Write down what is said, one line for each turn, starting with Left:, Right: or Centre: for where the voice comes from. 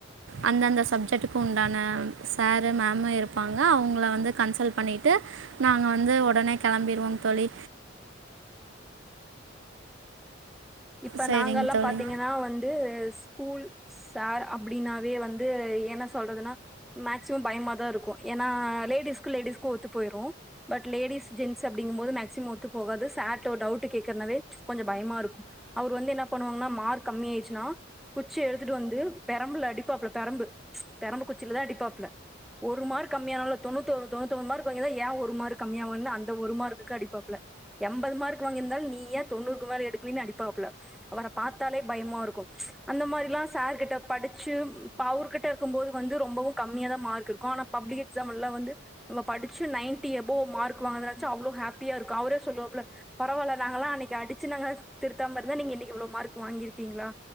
Right: அந்தந்த சப்ஜெக்ட்டுக்கு உண்டான சாரு மேமு இருப்பாங்க அவங்கள வந்து கன்சல் பண்ணிட்டு நாங்க வந்து ஒடனே கெளம்பிடுவோ தோழி
Centre: இப்ப
Right: சரிங்க
Centre: நாங்கல்லா
Right: தோழி
Centre: பாத்தீங்கன்னா வந் து ஸ்கூல் சார் அப்டின்னாவே வந்து என்ன சொல்றதுன்னா மேக்சிமம் பயமாதா இருக்கு ஏனா லேடிஸ்க்கு லேடிஸ்க்கு ஒத்து போய்ரு பட் லேடிஸ் ஜென்ஸ் அப்டிங்கும்போது மேக்சிமம் ஒத்து போகாது சார்ட ஒரு டவுட் கேக்குறனாவே கொஞ்ச பயமா இருக்கு அவர் வந்து என்ன பண்ணுவாங்கன்னா மார்க் கம்மி ஆயிடுச்சுன்னா குச்சி எடுத்துட்டு வந்து பெரம்புல அடிப்பாப்புல பெரம்பு பெரம்பு குச்சிலதா அடிப்பாப்புல ஒரு மார்க் கம்மியானலு தொண்ணூத்தி ஒரு தொண்ணுத்தி ஒன்பது மார்க்கு வாங்கி இருந்தா ஏ ஒருமார்க் கம்மி ஆகுல அந்த ஒரு மார்க்குக்கு அடிப்பாப்ல எம்பது மார்க் வாங்கிருந்தாலு நீ ஏ தொண்ணூறுக்கு மேல எடுக்கலன்னு அடிப்பாப்ல அவர பாத்தாலே பயமா இருக்கு அந்த மாரிலா சார்கிட்ட படிச்சு இப்போ அவர்கிட்ட இருக்கு போது வந்து ரொம்பவு கம்மியாதா மார்க் இருக்கு ஆனா பப்ளிக் எக்ஸாம் எல்லா வந்து நம்ம படிச்சு நைன்டி எபோவ் மார்க் வாங்குனத நெனச்சு அவ்ளோ ஹாப்பியா இருக்கு அவரே சொல்லுவாப்ல பரவால்ல நாங்களா அன்னைக்கு அடிச்சு நாங்க திரு த்தாம இருந்த நீங்க இனைக்கு இவ்ளோ மார்க் வாங்கிருக்பீங்களா